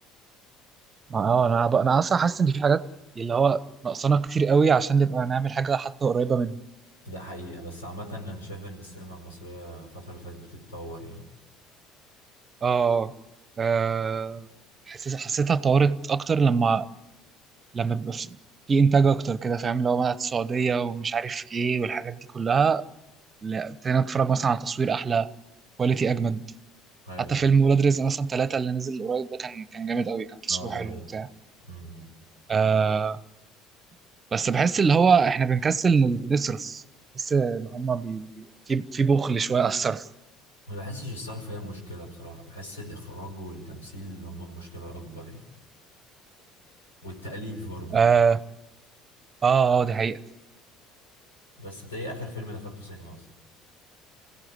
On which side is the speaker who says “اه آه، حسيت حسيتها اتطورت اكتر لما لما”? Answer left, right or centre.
Right